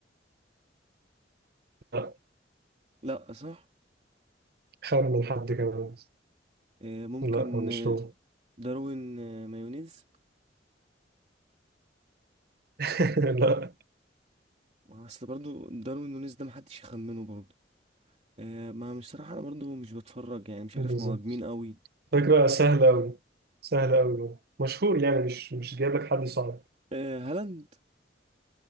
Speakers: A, on the right; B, on the right.
A: لا
B: لا صح
A: خمن حد كمان
B: آه، ممكن
A: لا هو مش
B: آه،
A: هو
B: داروين آه، مايونيز
A: <laughs> لا
B: اصل برضو داروين نونيز ده محدش يخمنه برضو آه، ما مش صراحة انا برضو مش بتفرج يعني مش
A: بالظبط
B: عارف مهاجمين قوي
A: فكرة سهلة أوي سهلة أوي مشهور يعني مش مش جايب لك حد صعب
B: آه، هالاند